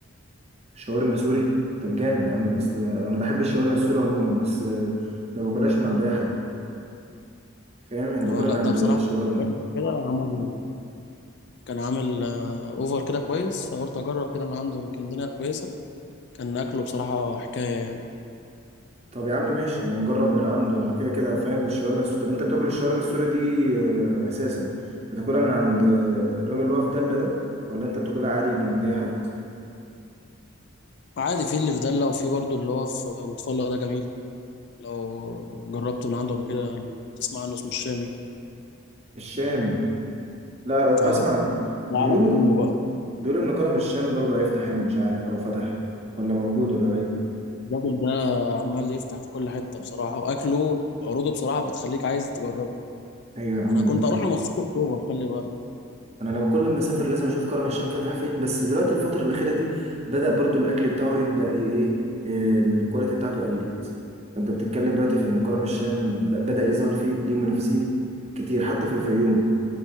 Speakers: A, on the right; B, on the left.
A: شاورما سوري طب جامد يا عم اصل انا بحب الشاورما السوري عموما بس ما باكلهاش من عند اي حد فاهم يعني باكلها
B: اه لا
A: من عند
B: ده بصراحة
A: شاورما
B: قلت أجرب كده عمل كان عامل آه، أوفر كده كويس فقلت أجرب كده من عنده يمكن الدنيا كويسة كان أكله بصراحة حكاية يعني
A: طب يا عم ماشي يعني نجرب من عنده انا كده كده فاهم الشاورما السوري طب انت بتاكل الشاورما السوري دي آه، اساسا بتاكلها من عند آه، الراجل اللي هو في دلة ده ولا انت بتاكلها عادي من عند اي حد
B: عادي في اللي في دلة وفي برضه اللي هو في لطف الله ده جميل لو جربت من عنده قبل كده تسمع عنه اسمه الشامي
A: الشامي لا
B: اه
A: اسمع
B: ده
A: بيقولوا
B: على قديمه بقى
A: بيقولوا ان كرم الشام برضه هيفتح هنا مش عارف او فتح ولا موجود ولا باين
B: الراجل ده عمال يفتح في كل حتة بصراحة وأكله وعروضه بصراحة بتخليك عايز تجربه
A: ايوه يا عم
B: أنا كنت أروح له مخصوص أكتوبر خلي بالك
A: انا انا كل ما اسافر لازم اشوف كرم الشام فتح فين بس دلوقتي الفتره الاخيره دي بدا برضو الاكل بتاعه يبدا ايه إيه، الكواليتي بتاعته قلت فانت بتتكلم دلوقتي في ان كرم الشام ب- بدا يظهر فيه ليه منافسين كتير حتى في الفيوم